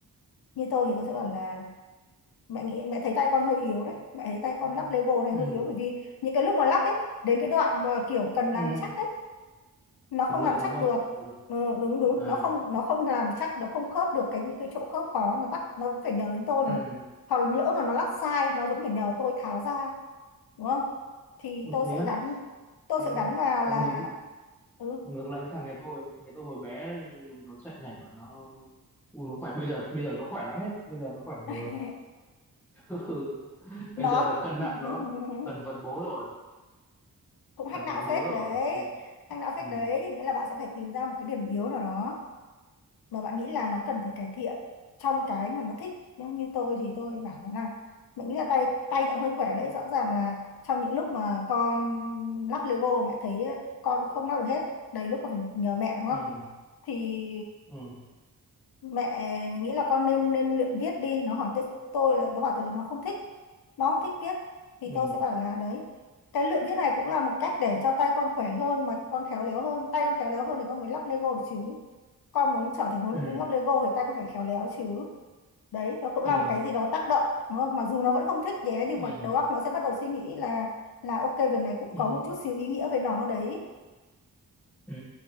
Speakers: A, on the left; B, in the centre.
A: như tôi thì tôi sẽ bảo là mẹ nghĩ mẹ thấy tay con hơi yếu đấy mẹ thấy tay con lắc Lego này
B: ừ
A: hơi yếu bởi vì những cái lúc mà lắc ấy đến cái đoạn mà kiểu cần
B: ừ
A: làm chắc
B: ừ.
A: ấy nó
B: cần
A: không
B: lực
A: làm
B: đúng
A: chắc
B: không
A: được
B: cần lực
A: ừ, đúng đúng
B: à
A: nó không nó không làm chắc nó không khớp được cái những cái chỗ khớp khó nó bắt nó vẫn phải nhờ đến tôi
B: ừ
A: mà hoặc là lỡ mà nó lắp sai nó vẫn phải nhờ tôi tháo ra đúng không thì
B: Ủa
A: tôi
B: thế
A: sẽ
B: á
A: gắn tôi
B: ừ.
A: sẽ gắn vào
B: thằng
A: là
B: ngược
A: ừ.
B: ngược lại với thằng nhà tôi Thằng nhà tôi hồi bé nó chạy nhảy mà nó Ui, nó khỏe bây giờ bây giờ nó khỏe lắm ấy bây giờ nó khỏe rồi
A: <laughs>
B: <laughs> Ừ.
A: nó
B: bây giờ là cân
A: <laughs>
B: nặng nó gần vật bố rồi
A: cũng hack
B: gần vật
A: não
B: bố
A: phết
B: rồi
A: đấy
B: ừ
A: hack não
B: ừ
A: phết đấy nghĩa là bạn sẽ phải tìm ra một cái điểm yếu nào đó mà bạn nghĩ là nó cần phải cải thiện trong cái mà nó thích Ví như tôi thì tôi bảo nó là mình nghĩ là tay tay nó hơi khỏe đấy rõ ràng là trong những lúc mà con lắp Lego mẹ thấy con không lắp được hết đầy lúc còn phải nhờ mẹ đúng
B: ừ
A: không thì
B: ừ
A: mẹ nghĩ là con nên nên luyện viết đi nó hỏi tới tôi là nó bảo tôi là nó không thích nó không thích viết thì
B: ừ
A: tôi sẽ bảo là đấy cái luyện viết này cũng là một cách để cho tay con khỏe hơn mà con khéo léo hơn tay con khéo léo hơn thì con mới lắp Lego được chứ con muốn trở thành huấn
B: ừ
A: luyện viên lắp Lego thì tay con phải khéo léo chứ đấy nó cũng
B: ừ
A: là
B: ừ
A: một cái gì đó tác động đúng không mặc dù nó vẫn không thích nhé nhưng
B: ừ
A: mà
B: ừ
A: đầu óc nó sẽ bắt đầu suy nghĩ là là ok việc này cũng
B: ừ,
A: có một chút xíu ý nghĩa với nó đấy
B: ừ.